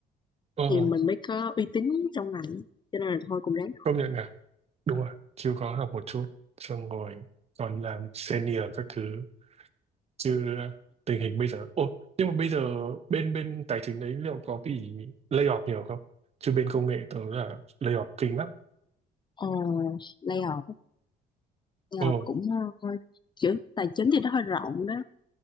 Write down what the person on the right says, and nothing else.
ồ,
công nhận nè. Đúng rồi. Chịu khó học một chút. Xong rồi còn làm senior các thứ chứ tình hình bây giờ ô nhưng mà bây giờ bên bên tài chính đấy liệu có bị lay off nhiều không chứ bên công nghệ tớ là lay off kinh lắm
ờ